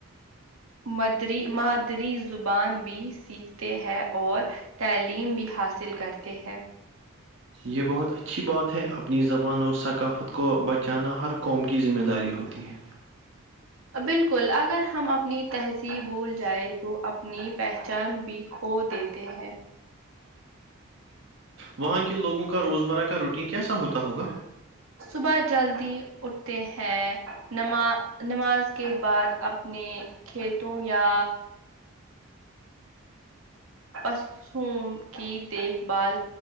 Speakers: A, on the right; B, on the right.
A: مدری مادری زبان بھی سیکھتے ہیں اور تعلیم بھی حاصل کرتے ہیں
B: یہ بہت اچھی بات ہے اپنی زبان اور ثقافت کو بچانا ہر قوم کی ذمہ داری ہوتی ہے
A: بالکل اگر ہم اپنی تہذیب بھول جائے تو اب اپنی پہچان بھی کھو دیتے ہیں
B: وہاں کے لوگوں کا روزمرہ کا روٹین کیسا ہوتا ہوگا
A: صبح جلدی اٹھتے ہیں نم نماز کے بعد اپنے کھیتوں یا پسوں کی دیکھ بھال